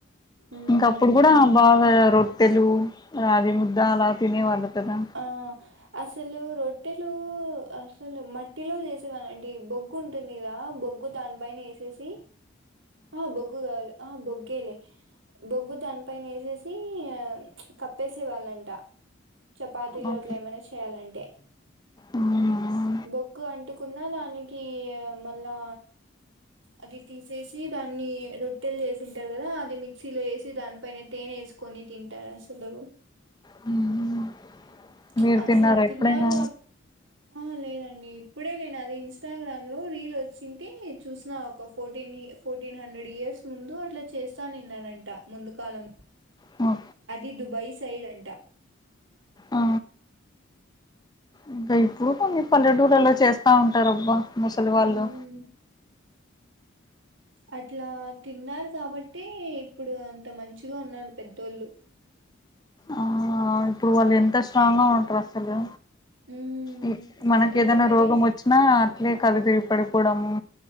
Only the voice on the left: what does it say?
ఇంక అప్పుడు కూడా బాగా రోట్ ట్టెలు రాగి ముద్ద అలా తినే వాళ్ళుకదా
అవును
అవునా?
హ్మ్.
మీరు
తిన్నారా
ఎప్పుడైనా
ఓ
ఆ ఇంకా ఇప్పుడు కొన్ని పల్లెటూళ్రులో చేస్తా ఉంటారు అబ్బా. ముసలు వాళ్లు
ఆ ఇప్పుడు వాళ్ళు ఎంత స్ట్రాంగ్ గా ఉంటారు అసలు
ఈ మనకి
ఏదైనా
రోగం వచ్చినా అట్లే కళ్ళు తిరిగి పడిపో పుడము